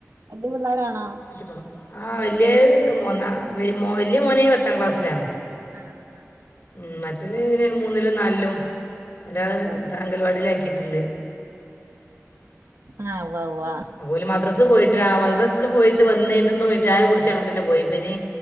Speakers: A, on the right; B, on the left.
A: വല്യ പിള്ളോരാണോ
B: <unintelligible> ആഹ് വല്ല്യയാ ഒന്ന് വല്ല്യയാ മോന് പത്താം ക്ലാസ്സിലാണ്
A: ആ ആ ആ
B: ഉം മറ്റല് മൂന്നിലും നാലിലും ഒരാള്
A: ആഹ് ഉവ്വ
B: താങ്കൽവാടിയിലാക്കിയിട്ടുണ്ട്.
A: അ വവ്വാ
B: അപ്പോല് മദ്രസ് പോയിട്ട് ആ മദ്രസ്ൽ പോയിട്ട് വന്നിരുന്ന് ചായ കുടിച്ചങ്ങട്ട്ന്നെ പോയിപ്പനി